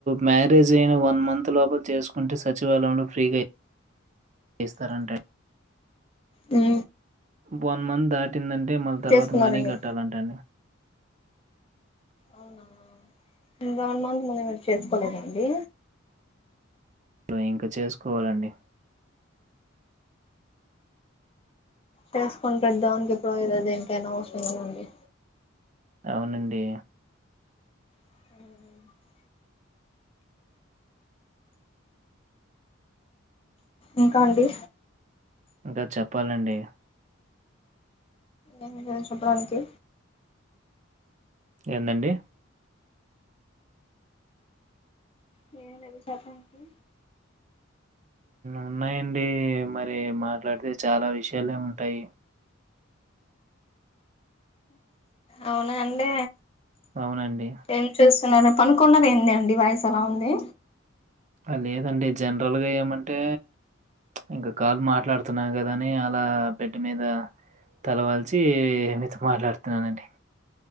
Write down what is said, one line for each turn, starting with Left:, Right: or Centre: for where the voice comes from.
Right: మ్యారేజ్ అయినా వన్ మంత్ లోపల చేసుకుంటే సచివాలయంలో ఫ్రీగా చేస్తారంట
Left: హా
Right: వన్ మంత్ దాటిందంటే అంటే మల్ తర్వాత
Left: చేసుకున్నారండి
Right: మనీ కట్టాలంటండి
Left: అవునా ఇంకా వన్ మంత్ ముంద మీరు చేసుకోలేదండి
Right: లో ఇంకా చేసుకోవాలండి
Left: తెలుసుకొని పెద్దా అనికి ఎప్పుడదు అద ఇంకైనా అవసరం ఉదండి
Right: అవునండి
Left: అ ఇంకా అండి
Right: ఇంకా చెప్పాలండి
Left: ఏ లేద చెప్పడానికి
Right: ఏందండి
Left: నేనేది సతానికి
Right: ఉన్నాయంండి మరి మాట్లాడితే చాలా విషయాలే ఉంటాయి
Left: అవునా అండి
Right: అవునండి.
Left: ఏం చూస్తున్నారు అనుకున్నది ఏంది అండి వయసు ఎలా ఉంది
Right: లేదండి జనరల్గా ఏమంటే ఇంకా కాలు మాట్లాడుతున్నా కద అని అలా బెడ్ మీద తలవాల్చి మీతో మాట్లాడుతున్నానండి